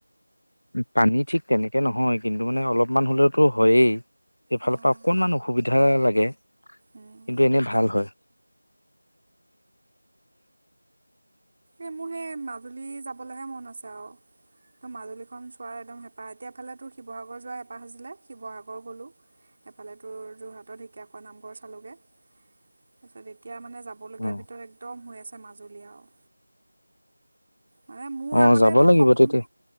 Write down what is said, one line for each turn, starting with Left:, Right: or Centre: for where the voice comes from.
Left: পানী ঠিক তেনেকে নহয় কিন্তু মানে অলপমান হ'লেও তো হয়েই এইফালৰ
Right: অঁ
Left: পৰা অকণমান অসুবিধা বিধা লাগে
Right: অঁ
Left: কিন্তু এনে ভাল হয়।
Right: এই মোৰ সেই মাজুলী যাবলেহে মন আছে আৰু মাজুলীখন চোৱাৰ একদম হেঁপাহ এতিয়া এফালে তোৰ শিৱসাগৰ যোৱা হেঁপাহ আছিলে শিৱসাগৰ গলো এফালে তোৰ যোৰহাটৰ ঢেকীয়াখোৱা নামঘৰ চালোগে তাৰপিছত এতিয়া মানে যাবলগীয়া
Left: অ
Right: ভিতৰত একদম হৈ আছে আছে মাজুলীয়া আৰু মানে মোৰ
Left: অ
Right: আগতে
Left: যাব
Right: তোৰ
Left: লাগিব
Right: সপোন
Left: তেতিয়া